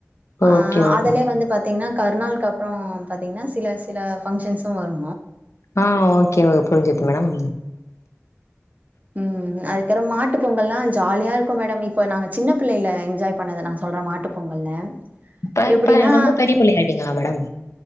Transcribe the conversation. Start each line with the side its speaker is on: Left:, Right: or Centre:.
Right: ஆ
Left: ஓகே ஓகே
Right: அதுலே வந்து பாத் தீங்னா கருநாள்க்கு அப்றோ பாத்தீங்னா சில சில பங்ஷன்ஸ் ஸு வரு
Left: ஆ ஓகே ஓ புரிஞ்சுது மேடம்
Right: ம் அதுக்கறம் மாட்டு பொங்கல்லா ஜாலியா இருக்கு மேடம் இப்ப நாங்க சின்ன பிள்ளைல என்ஜாய் பண்ணத நா சொல்ற மாட்டு பொங்கல்ல
Left: இப்ப
Right: எப்டின்னா
Left: இப்ப ரொம்ப பெரியப்புள்ளை ஆயிட்டீங்களா மேடம்